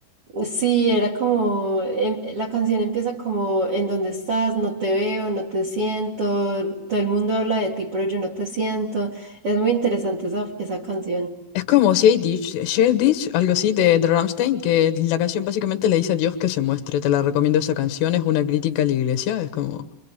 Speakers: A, on the right; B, on the left.
A: Sí, era como, em- la canción empieza como, ¿en dónde estás? No te veo, no te siento, todo el mundo habla de ti, pero yo no te siento. Es muy interesante esa, esa canción.
B: Es como Shade Ditch, Shade Ditch, algo así de, de Rammstein, que la canción básicamente le dice a Dios que se muestre. Te la recomiendo esa canción, es una crítica a la iglesia, es como,